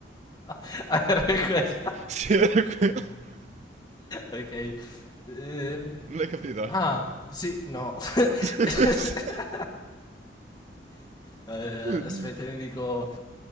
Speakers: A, on the left; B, on the right.
A: <laughs> Ah, era questa.
B: Sì, era que- <laughs>
A: Ok. Ehm,
B: Non l'hai capita?
A: ah, sì, no.
B: <laughs>
A: <laughs> Eh,
B: Oddio.
A: aspetta, ne dico...